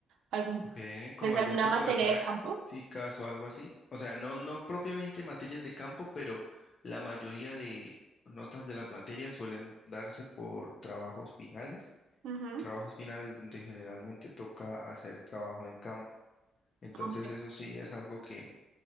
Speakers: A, on the right; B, on the left.
A: algún,
B: Ok, como
A: pues
B: algún
A: alguna
B: tipo
A: materia
B: de prácticas
A: de campo.
B: o algo así. O sea, no, no propiamente materias de campo, pero la mayoría de notas de las materias suelen darse por trabajos finales,
A: Ujú.
B: trabajos finales donde generalmente toca hacer trabajo de campo. Entonces,
A: Ok.
B: eso sí es algo que,